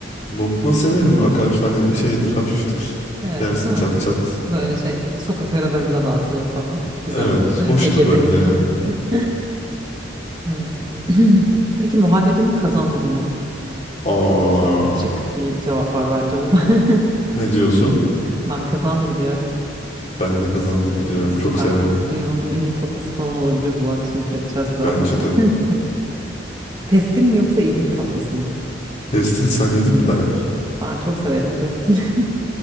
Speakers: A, on the left; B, on the right.
A: Lokma severim akar hani şeydir hafiftir.
B: Evet,
A: Yersin
B: değil
A: çat
B: mi?
A: çat.
B: Böyle şey sokak aralarında dağıtılır falan. Güzeldir.
A: Evet,
B: ne?
A: hoştur
B: Ege'deysen.
A: bence.
B: <laughs> Evet. <clears throat> Peki muhallebi mi kazandibi mi?
A: Aa,
B: Çok açık bir cevap var bence burada. <laughs>
A: ne diyorsun?
B: Ben kazandibi diyorum.
A: Ben de kazandı biliyorum.
B: Ne süper.
A: Çok severim.
B: Dünyanın en iyi tatlısı falan olabilir bu. Bak şimdi seçeceğiz birazdan.
A: Bence de.
B: <laughs> Pestil mi yoksa irmik tatlısı mı?
A: Pestil sen yedin mi daha önce?
B: Ben çok severim pestil. <laughs>